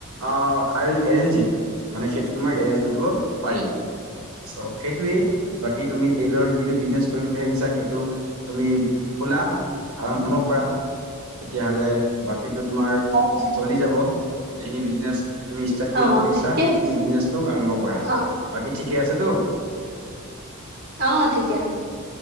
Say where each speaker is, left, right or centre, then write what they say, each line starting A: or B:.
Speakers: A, on the right (about 80°); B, on the right (about 45°).
A: I will arrange it. মানে, সেইটো তোমাক এৰেঞ্জ কৰি দিব পাৰিম। চ', সেইটোয়েই বাকী তুমি ট্ৰেইলৰ যিটো বিজনেছ কৰিম বুলি ভাবিছা, সেইটো তুমি খোলা, আৰম্ভ কৰা। তেতিয়াহ'লে বাকীটো তোমাৰ
B: অ'
A: চলি যাব। যিখিনি বিজনেছ তুমি ষ্টাৰ্ট কৰিব
B: অ' অ'
A: খুজিছা,
B: ঠিকে
A: সেইখিনি
B: আছে
A: বিজনেছটো আৰম্ভ কৰা।
B: অ'
A: বাকী ঠিকে আছেতো?
B: অ' ঠিকে আছে।